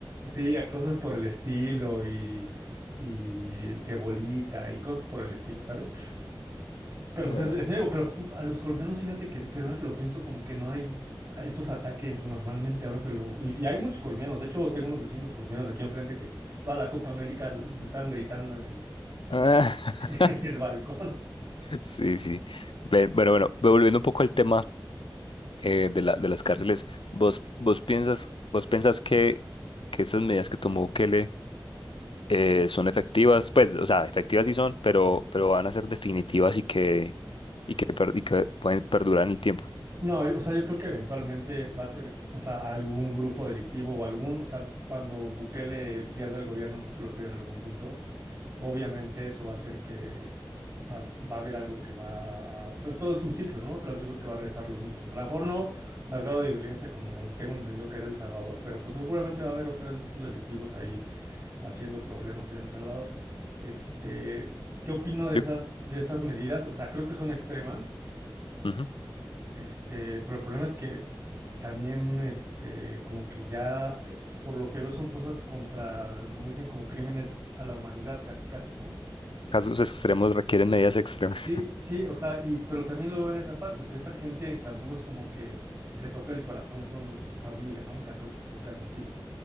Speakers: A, on the right; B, on the left.
A: Sí, a cosas por el estilo y, y que bolita y cosas por el estilo, ¿sabes? Pero
B: <laughs>
A: pues es, es nuevo, pero fu- a los colombianos, fíjate que, que ahora que lo pienso, como que no hay a- esos ataques normalmente ahora que lo... Y, y hay muchos colombianos, de hecho tengo unos vecinos colombianos aquí enfrente que toda la Copa América me estaban gritando en el,
B: Eh,
A: <laughs> en
B: <laughs>
A: el balcón.
B: Sí, sí. Ve- Bueno, bueno, ve- volviendo un poco al tema eh, de la, de las cárceles, ¿vos, vos piensas, vos pensás que, que esas medidas que tomó Bukele eh, son efectivas? Pues, o sea, efectivas sí son, pero, pero van a ser definitivas y que, y que, per- y que pueden perdurar en el tiempo.
A: No, yo- o sea, yo creo que eventualmente va a ser, o sea, algún grupo delictivo o algún, o sea, cuando Bukele pierda el gobierno, si es que lo pierde en algún punto obviamente eso va a hacer que, o sea, va a haber algo que va a, o sea, es- todo es un ciclo, ¿no? Otra vez yo creo que va a regresar lo mismo. A lo mejor no al grado de violencia como tengo entendido que era El Salvador, pero pues seguramente va a haber otra vez grupos delictivos ahí haciendo problemas en El Salvador. Este, ¿qué opino de esas,
B: Yo-
A: de esas medidas? O sea, creo que son extremas,
B: Ujú.
A: este, pero el problema es que también, este, como que ya... eh, Por lo que veo son cosas contra, como dicen, como crímenes a la humanidad, casi, casi, ¿no?
B: Casos extremos requieren medidas extremas.
A: Sí, sí, o sea, y, pero también lo veo en esa parte, o sea, esa gente tampoco es como que se toca el corazón con tu familia, ¿no? En caso de que te toque algo así.